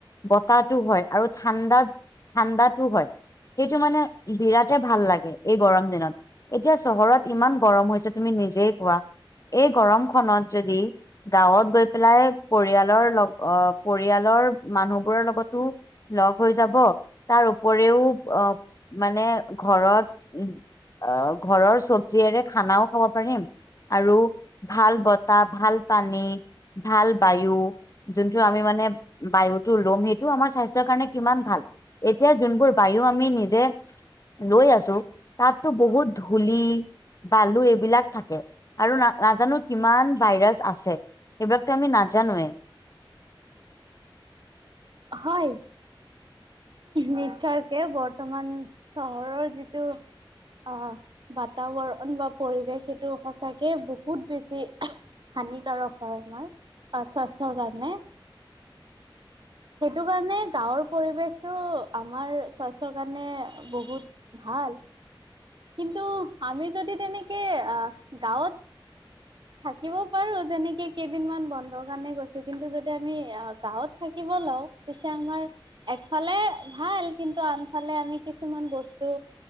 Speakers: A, on the left; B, on the right.
A: বতাহো হয় আৰু ঠাণ্ডাত ঠাণ্ডাতো হয় সেইটো মানে বিৰাটে ভাল লাগে এই গৰম দিনত এতিয়া চহৰত ইমান গৰম হৈছে তুমি নিজেই খোৱা। এই গৰম খনত যদি গাঁৱত গৈ পেলাই পৰিয়ালৰ লগ পৰিয়ালৰ মানুহ বোৰৰ লগতো। লগ হৈ যাব তাৰ উপৰেও আহ মানে ঘৰত অ ঘৰৰ চব্জিৰে খানাও খাব পাৰিম। আৰু ভাল বতাহ ভাল পানী। ভাল বায়ু যোনটো আমি মানে বায়ুতটো লম সেইটো আমাৰ স্বাস্থ্ স্বাসৰ কাৰণে কিমান ভাল এতিয়া যোনবোৰ বায়ু আমি নিজে। লৈ আছো তাততো বহুত ধূলি বালু এইবিলাক থাকে আৰু ন নাজানো কিমান ভাইৰাছ আছে। এইবিলাকতো আমি নাজানোয়ে।
B: হয়। নিশ্চয়কে বৰ্তমান চহৰৰ যিটো। অ বাতাবৰণ বা পৰিৱেশ সেইটো সঁচাকে বহুত বেছি। হানিকাৰক হয় আমাৰ আহ স্বাস্থ্যৰ কাৰণে। সেইটো কাৰণে গাঁৱৰ পৰিৱেশতটো আমাৰ স্বাস্থ্যৰ কাৰণে বহুত ভাল। ভ কিন্তু আমি যদি তেনেকৈ গাঁৱত। থাকিব পাৰো যেনেকে কেইদিন মমান বন্ধৰ কাৰণে গৈছো কিন্তু যদি আমি অ গাঁৱত থাকিব। লও পিছে আমাৰ একফালে ভাল কিন্তু আনফালে আমি কিছুমান বস্তু।